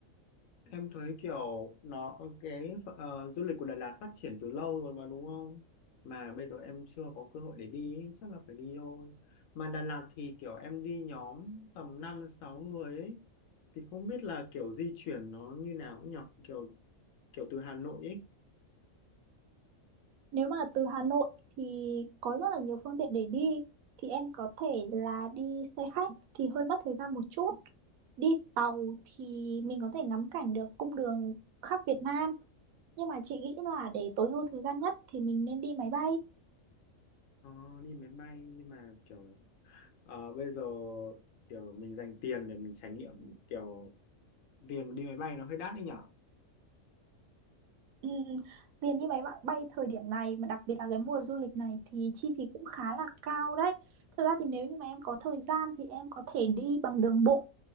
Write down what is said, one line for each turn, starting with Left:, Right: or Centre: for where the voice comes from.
Left: Em thấy kiểu nó cái ờ, du lịch của Đà Lạt phát triển từ lâu rồi mà đúng không? Mà bây giờ em chưa có cơ hội để đi ý, chắc là phải đi thôi. Mà Đà Lạt thì kiểu em đi nhóm tầm 5 6 người ấy thì không biết là kiểu di chuyển nó như nào cũng nhỉ, kiểu kiểu từ Hà Nội ấy
Right: Nếu mà từ Hà Nội thì có rất là nhiều phương tiện để đi thì em có thể là đi xe khách thì hơi mất thời gian một chút. Đi tàu thì mình có thể ngắm cảnh được cung đường khắp Việt Nam nhưng mà chị nghĩ là để tối ưu thời gian nhất thì mình nên đi máy bay
Left: ờ, đi máy bay nhưng mà kiểu ờ, bây giờ kiểu mình dành tiền để mình trải nghiệm kiểu tiền đi máy bay nó hơi đắt đấy nhỉ.
Right: Ừ, tiền đi máy bay, bay thời điểm này mà đặc biệt là cái mùa du lịch này thì chi phí cũng khá là cao đấy. Thật ra thì nếu như mà em có thời gian thì em có thể đi bằng đường bộ